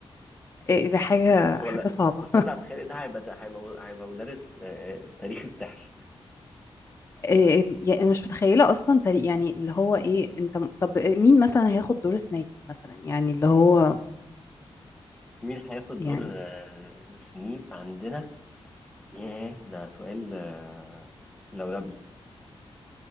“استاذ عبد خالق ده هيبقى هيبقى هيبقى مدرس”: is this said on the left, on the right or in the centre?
Centre